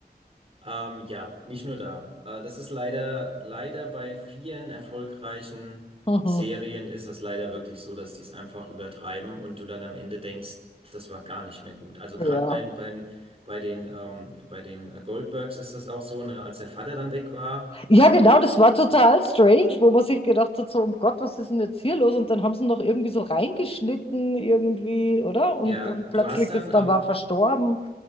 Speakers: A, on the right; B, on the left.
A: Ähm, ja, nicht nur da. Äh, das ist leider, leider bei vielen erfolgreichen
B: Mhm.
A: Serien ist das leider wirklich so, dass die es einfach übertreiben und du dann am Ende denkst, das war gar nicht mehr gut. Also
B: Ja.
A: gerade bei, bei, bei den, ähm, bei den äh, Goldbergs ist das auch so, ne, als der Vater dann weg war.
B: Ja, genau,
A: Ähm,
B: das war total strange, wo man sich gedacht hat, so, um Gott, was ist denn jetzt hier los? Und dann haben sie noch irgendwie so reingeschnitten, irgendwie, oder? Und
A: ja,
B: dann plötzlich
A: du hast dann
B: ist
A: am,
B: dann war verstorben.